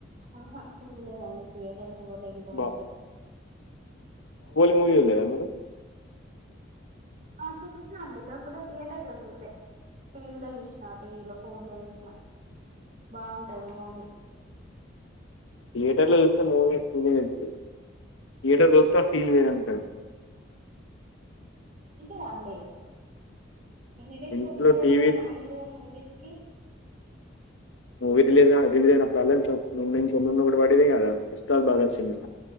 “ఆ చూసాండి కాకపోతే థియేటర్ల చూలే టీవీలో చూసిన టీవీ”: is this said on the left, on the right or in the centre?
Right